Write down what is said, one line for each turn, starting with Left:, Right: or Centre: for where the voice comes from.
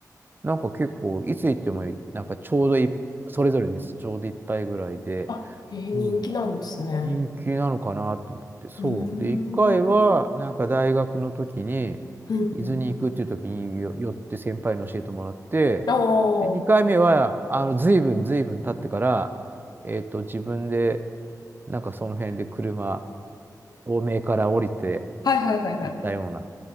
Right: なんか結構、いつ行っても、なんかちょうどいい、それぞれの店ちょうどいっぱいぐらいで、
Left: あ、へ人気なんですね。
Right: うん人気なのかなと思って、そう。
Left: うーん。
Right: で、一回は、なんか大学の時に、
Left: うん、
Right: 伊豆に行くっていう時によ寄って先輩に教えてもらって、
Left: うん。ああ、うん。
Right: で、二回目は、あの、随分随分経ってから、えっと、自分で、なんかその辺で車、東名から降りて
Left: はいはいはいはい。
Right: 行ったような